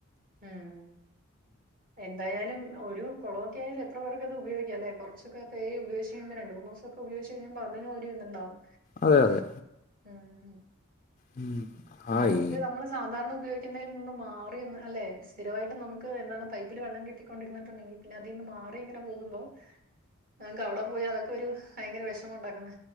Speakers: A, on the right; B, on the left.
A: ഉം എന്തായാലും ഒരു കൊളൊക്കെ ആയാല് എത്ര പേർക്ക് അത് ഉപയോഗിക്കാല്ലേ കൊറച്ചൊക്കെ <unintelligible> ഉപയോഗിച്ച് രണ്ടുന്നുസൊ ഉപയോഗിച്ച് കഴിയുമ്പ അതിനു ഒരു ഇത്ണ്ടാവും.
B: അതെ അതെ.
A: ഉം
B: ഉം ആയി
A: നമ്മക്ക് നമ്മള് സാധാരണ ഉപയോ ഗിക്കിന്നെൽ നിന്നും മാറി ഒന്ന് അല്ലെ സ്ഥിരവായിട്ടും നമുക്ക് എന്താണ് പൈപ്പില് വെള്ളം കിട്ടിക്കൊണ്ടിരിന്നിട്ടുണ്ടെങ്കി. പിന്നെ അതിന്ന് മാറി ഇങ്ങനെ പോകുമ്പോ ഞാങ്‌ക്ക് അവടെ പോയി അതക് ഒരു ഭയങ്കര വെഷമ ഒണ്ടാക്കുന്ന